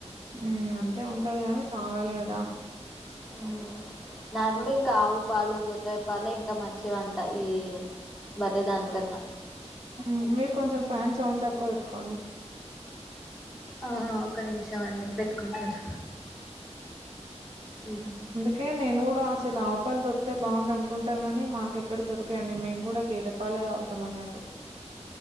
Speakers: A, on the right; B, in the centre.
A: ఉమ్ అంతే ఉంటది గానీ తాగాలి గదా
B: ఉమ్ నార్మల్గా ఇంకా ఆవు పాలు గొర్రె పాలే ఇంకా మంచివంట ఈ బర్రె దాని కన్నా
A: మ్ మీరు కొంచెం ఫ్యాన్ సౌండ్ తక్కువ వెట్టుకోండి
B: ఆహ ఒక్క నిమిషం అండి పెట్టుకుంటాను ఉమ్
A: క్కె నేను గూడా అసలు ఆవు పాలు దొరిక్తే బాగుండు అనుకుంటాను గానీ మాక్ ఎక్కడ దొరు కేండి మేము గూడ గేదె పాలే తాగుతం అన్నట్టు